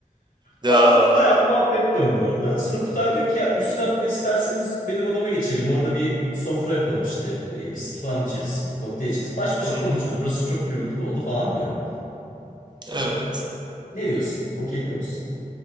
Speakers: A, on the right (about 30°); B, on the left (about 70°).
A: Ya.
B: Falan bayağı muhabbet döndü orada. Sonra Kutay diyor ki ya üst katta isterseniz benim odama geçelim. Orada bir sofra yapalım işte. E, viski falan içeriz. Kokteyl içeriz. Baş başa
A: Hı hı.
B: konuşuruz. Burası çok gürültülü oldu falan diyor.
A: Evet.
B: Ne diyorsun? Okey diyor musun?